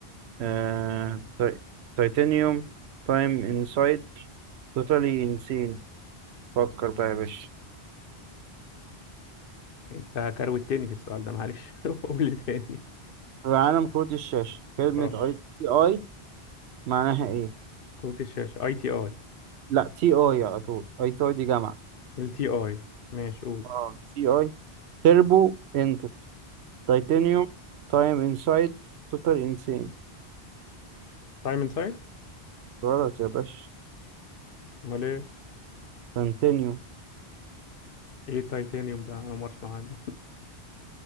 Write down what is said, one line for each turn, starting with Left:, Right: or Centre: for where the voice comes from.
Right: آه، تي- تيتانيوم تايم انسايد توتالي انسين فكر بقى يا باشا
Left: انت كروتني في السؤال ده معلش <laughs> قول لي تاني
Right: عالم كرة الشاشة كلمة
Left: اه
Right: اي تي اي معناها ايه؟
Left: كروت الشاشة اي تي اي
Right: لا تي اي على طول اي تي اي دي جامعة
Left: ال تي اي ماشي قول
Right: اه تي اي تربو انتل تيتانيوم تايم انسايد توتال انسين
Left: تايم انسايد
Right: غلط يا باشا
Left: امال ايه
Right: تيتانيوم
Left: ايه التيتانيوم ده انا ما اسمع عنه